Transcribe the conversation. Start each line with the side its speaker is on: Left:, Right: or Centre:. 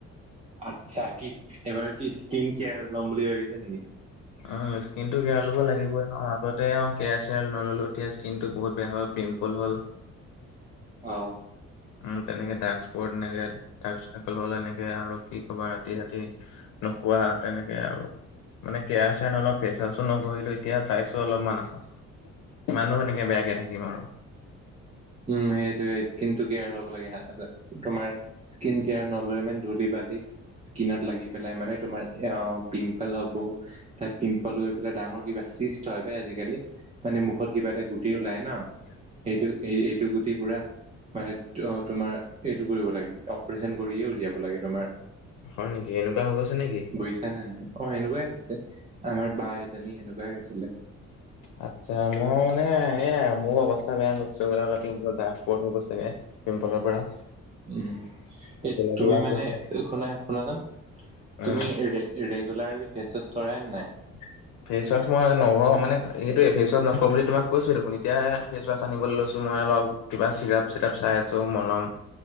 Right: আচ্ছা, কি এইবাৰ কি স্কিন কেয়াৰত ল'ম বুলি ভাবিছাঁ নেকি?
Left: উম, স্কিন টো কেয়াৰ ল'ব লাগিবই ন', আগতে আৰু কেয়াৰ চেয়াৰ নল'লো এতিয়া স্কিনটো বহুত বেয়া হ'ল। পিম্পল হ'ল।
Right: অ'।
Left: উম, তেনেকে ডাৰ্ক স্পৰ্ট এনেকে, ডাৰ্ক চাইকল হ'লে এনেকে, আৰু কি কবা ৰাতি, ৰাতি। নোখোৱা তেনেকে আৰু, মানে কেয়াৰ চেয়াৰ নলওঁ, ফেচ ৱাচো নঘহিলোঁ, এতিয়া চাই অলপমান, কিমাননো সেনেকে বেয়াকে থাকিম আৰু।
Right: উম, সেইটোৱে, স্কিনটো কেয়াৰ ল'ব লাগে তোমাৰ স্কিন কেয়াৰ নল'লে মানে ধূলি, বালি। স্কিনত লাগি পেলাই মানে তোমাৰ এ, পিম্পল হ'ব। তাই পিম্পল গৈ পেলাই ডাঙৰ কিবা চিষ্ট হয় আজিকালি, মানে মুখত কিবা এটা গ গুটি ওলাই ন', সেইটো এই, এইটো গুটি পুৰা মানে অ', তোমাৰ এইটো কৰিব লাগে, অপাৰেচন কৰিয়ে উলিয়াব লাগে, তোমাৰ
Left: হয় নেকি, এনেকুৱা হৈ গৈছে নেকি?
Right: বুজিছাঁ নে নাই, অ', সেনেকুৱাই হৈছে আমাৰ বা এজনী সেনেকুৱাই হৈছিলে।
Left: আচ্ছা মই মানে এয়া, মোৰ অৱস্থা বেয়া মোক চৈ গলে অল পি্পৰ্ <unintelligible> বেয়া পিম্পলৰ পৰা।
Right: উম, এই
Left: ক'লা
Right: তুমি
Left: ক'লা হৈ
Right: মানে
Left: গৈছে।
Right: শুনাচোন,
Left: উম,
Right: তুমি ৰেগুলাৰলি ফেচ ৱাচ কৰা নাই?
Left: <inaudible> ফেচৱাছ মই নঘহোঁ মানে, সেইটোৱে ফেচৱাছ নকৰোঁ বুলি তোমাক কৈছোৱেই দেখোন, এতিয়া ফেচ ৱাছ সানিবলৈ লৈছোঁ মই অলপ। কিবা চিৰাপ চিৰাপ চাই আছোঁ, মলম।